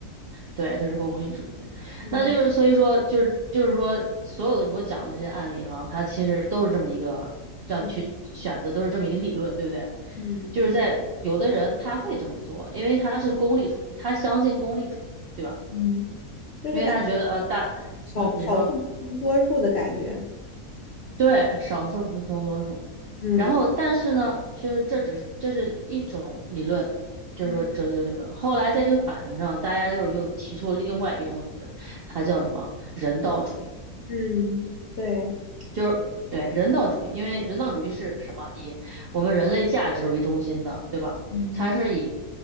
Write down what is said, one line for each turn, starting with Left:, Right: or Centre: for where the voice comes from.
Right: 对，这是功利主义。
Left: 嗯
Right: 那就是所以说，就是就是说，所有的我讲的这些案例哈，他其实都是这么一个让你去选择，
Left: 嗯
Right: 都是这么一个理论，对不对？
Left: 嗯
Right: 就是在有的人他会这么做，因为他是功利主义，他相信功利主义，对吧？
Left: 嗯，就是感
Right: 因为他觉得呃大，
Left: 少少数服从多数的感觉。
Right: 嗯，你说。对，少数服从多数。
Left: 嗯
Right: 然后，但是呢，就是这只是这是一种理论，就是说哲学理论。
Left: 嗯
Right: 后来在这个法庭上，大家就是又提出了另外一种理论，它叫什么人道主义。
Left: 嗯对，
Right: 就是对人道主义，因为人道主义是什么？以我们人类价值为中心的，对吧？
Left: 嗯
Right: 它是以，